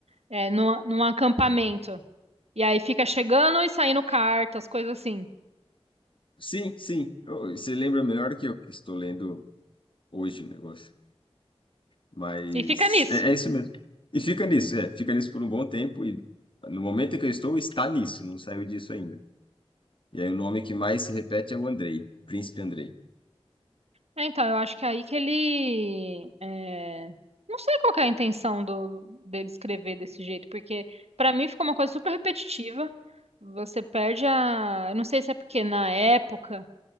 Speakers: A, on the right; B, on the left.
A: é, num, num acampamento. E aí fica chegando e saindo cartas, coisas assim.
B: Sim, sim, eu- você lembra melhor do que eu que estou lendo hoje o negócio, mas
A: E fica nisso.
B: é, é isso mesmo. E fica nisso, é, fica nisso por um bom tempo e no momento em que eu estou, está nisso, não saiu disso ainda. E aí o nome que mais se repete é o Andrei, Príncipe Andrei.
A: É, então, eu acho que é aí que ele. é, Não sei qual que é a intenção do, dele escrever desse jeito, porque pra mim ficou uma coisa super repetitiva. Você perde a. Eu não sei se é porque na época.